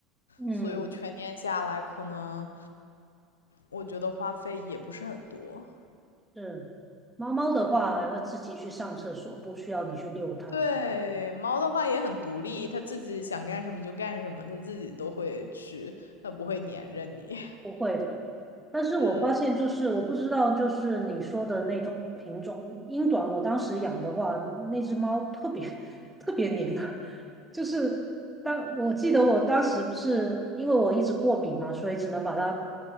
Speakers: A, in the centre; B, on the left.
A: 嗯，
B: 所以我全年下来可能我觉得花费也不是很多。
A: 是。猫猫的话还会自己去上厕所，
B: 全
A: 不需要你去遛它。
B: 对，猫的话也很独立，它自己想干什么就干什么，它自己都会去，它不会粘着你。<laughs>
A: 不会的，但是我发现就是我不知道，
B: 嗯
A: 就是你说的那种品种英短，我当时养的话，那只猫特别 <laughs> 特别黏啊，<laughs> 就是当我记得我当时不是因为我一直过敏嘛，所以只能把它